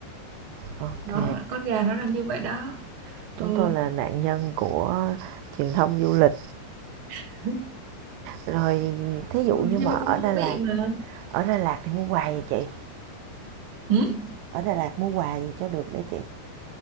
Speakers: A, on the right; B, on the right.
A: ok
B: đó con gà nó là như vậy đó
A: chúng
B: ừ.
A: tôi là nạn nhân của truyền thông du lịch
B: <laughs>
A: rồi thí
B: Đúng
A: dụ
B: rồi,
A: như
B: nhưng
A: mà
B: mà
A: ở
B: cũng
A: đà
B: thú
A: lạt
B: vị mà
A: ở đà lạt thì mua quà gì chị
B: ừ.
A: ở đà lạt mua quà gì cho được để chị